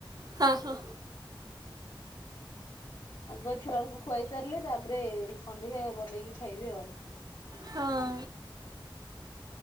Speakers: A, on the right (about 50°); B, on the left (about 65°).
A: ହଁ ହଁ।
B: ଆଗ ଛୁଆଙ୍କୁ ଖୁଆଇ ସାରିଲେ ତାପରେ କଣ ଦେଖିଆ ବନେଇକି ଖାଇବି ଆଉ।
A: ହଁ